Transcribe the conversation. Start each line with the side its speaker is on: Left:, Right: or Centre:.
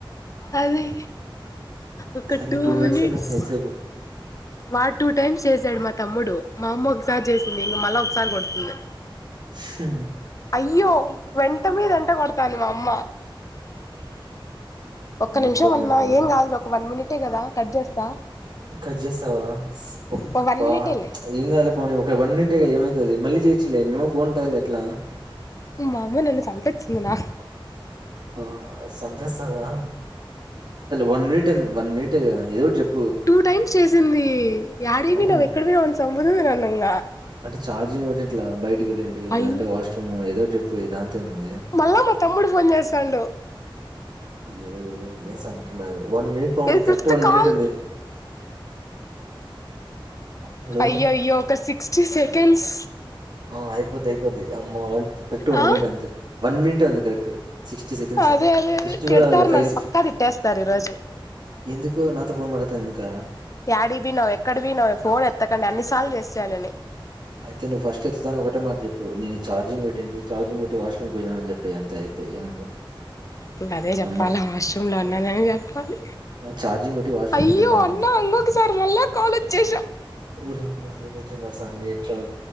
Left: అది ఒక
Right: సరేలే
Left: టూ
Right: త్వోమింటూనేస్
Left: మినిట్స్
Right: లే ఎంత సాపు
Left: వాడు టూ టైమ్స్ చేసాడు మా తమ్ముడు మా అమ్మ ఒకసారి చేసింది ఇంక మళ్ళా ఒకసారి కొడుతుంది
Right: హ
Left: అయ్యో వెంట మీద వెంట కొడతాను అమ్మ ఒక్క
Right: మా
Left: నిమిషం
Right: కోపం
Left: అన్నా
Right: ఎక్కువ
Left: ఏం కాదు ఒక వన్ మినిటే కదా కట్ చేస్తా
Right: కట్ చేేస్తావా ఒక్క
Left: ఒక వన్
Right: బా
Left: మినిటేలే
Right: ఏం కాదులే ఓనేమైనట్ ఏమవుతుంది మళ్ళీ చేయచేలే మీఅమ్మ ఫోన్కఉంటుంది గా ఎట్లా
Left: మామ నన్ను చంపించింది నా
Right: బా సంపేస్తదా వన్ మినిట్ వన్ మినిట్ ఏదో ఒకటి చెప్
Left: టూ టైమ్స్ చేసింది ఏడీకి
Right: అవును
Left: పోయినవ్ ఎక్కడికి పోయినవ్ అనీ చంపుతుంది నన్నూ ఇనగా
Right: అంటే ఛార్జింగ్ పెట్టింట్ల బయటికి వెళ్ళింటి
Left: అయ్యో
Right: అంటే వాష్రూమ్ ఏదో ఒకటి దాంత ఏముంది
Left: మళ్ళా మా తమ్ముడు ఫోన్ చేస్తాండు
Right: ఏ ఏట్న్నారు వన్ మినిట్ Pavani
Left: ఇది
Right: correct
Left: fifth
Right: one
Left: call
Right: minute ఉంది హలో
Left: అయ్యో అయ్యో ఒక సిక్స్టీ సెకండ్స్
Right: ఆ అయిపోద్ది అయిపోద్ది అమ్న్ కరెక్ట్ వన్
Left: ఆ
Right: మినిట్ అంతే వన్ మినిట్ అంది కరెక్ట్ సిక్స్టీ సెకండ్స్
Left: అదే అదే
Right: సిక్స్టీ
Left: తిడతారు
Right: కూడా కాదులే
Left: నన్నూ
Right: ఫైవ్
Left: పక్క తిట్టేస్తారు ఈ రోజు
Right: ఎందుకు నాతో ఫోన్ మాట్లాడతాను ఎందుకా?
Left: <inaudible> యాటికి పాయినావ్ ఎక్కడ పోయినావ్ ఫోన్ ఎత్తకండి అన్ని సార్ చేస్త <inaudible>
Right: అయితే నువ్వు ఫస్ట్ ని ఒకటే మాట చెప్పు నేను ఛార్జింగ్ పెట్టటింటి చార్జింగ్ పెట్టి వాషూమ్ పోనానని చెప్పి అంత అయిపోయి ఏముంది
Left: ఇంకా అదే చెప్పాలి
Right: నమ్మరా?
Left: వాష్రూమ్లో ఉన్నదని చెప్పాలి
Right: ఆ ఛార్జింగ్ పెట్టి వాష్‌రూమ్‌కి
Left: అయ్యో
Right: ఎళ్ళింటాను
Left: అన్నా
Right: అంతే.
Left: ఇంకొకసారి మళ్ళా కాల్ వచ్చసా
Right: ఊరిమ్మాట్లున్నారు స ఎట్ల